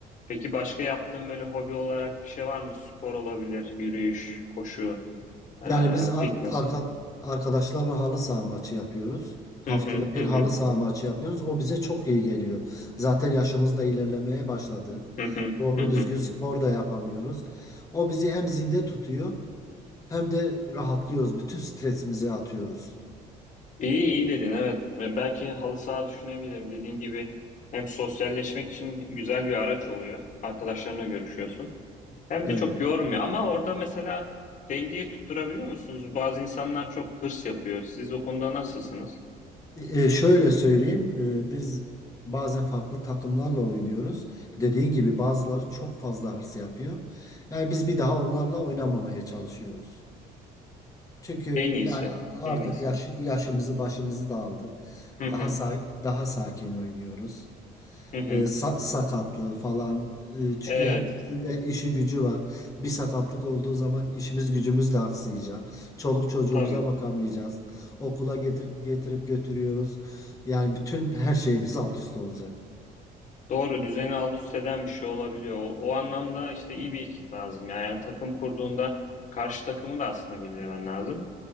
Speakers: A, on the left (about 45°); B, on the left (about 20°).
A: Peki başka yaptığın böyle hobi olarak bir şey var mı? Spor olabilir, yürüyüş, koşu, eee,
B: Yani biz a-
A: fitness.
B: arka, arkadaşlarla halı saha maçı yapıyoruz. Haftada
A: Hı hı
B: bir
A: hı hı
B: halı saha maçı yapıyoruz. O bize çok iyi geliyor. Zaten yaşımız da ilerlemeye başladı.
A: hı hı
B: Doğru
A: hı hı.
B: düzgün spor da yapamıyoruz. O bizi hem zinde tutuyor. Hem de rahatlıyoruz. Bütün stresimizi atıyoruz.
A: İyi iyi dedin evet. Ve Belki halı saha düşünebilirim. Dediğin gibi hem sosyalleşmek için güzel bir araç oluyor. Arkadaşlarına görüşüyorsun. Hem
B: Evet.
A: de çok yormuyor. Ama orada mesela dengeyi tutturabiliyor musunuz? Bazı insanlar çok hırs yapıyor. Siz o konuda nasılsınız?
B: E, şöyle söyleyeyim, e, biz bazen farklı takımlarla oynuyoruz. Dediğin gibi bazıları çok fazla hırs yapıyor. Yani biz bir daha onlarla oynamamaya çalışıyoruz. Çünkü
A: En iyisi.
B: yani artık
A: En iyisi.
B: yaş, yaşımızı başımızı da aldık.
A: Hı hı.
B: Daha sa daha sakin oynuyoruz.
A: Hı hı.
B: E, sa- sakatlığı falan. E, çünkü
A: Evet.
B: hepimizin de işi gücü var. Bir sakatlık olduğu zaman işimiz gücümüz de aksayacak. Çoluk çocuğumuza
A: Tabii.
B: bakamayacağız. Okula getir getirip götürüyoruz. Yani bütün her şeyimiz alt üst olacak.
A: Doğru. Düzeni alt üst eden bir şey olabiliyor. O, o anlamda işte iyi bir ekip lazım. Yani takım kurduğunda karşı takımı da aslında bilmen lazım.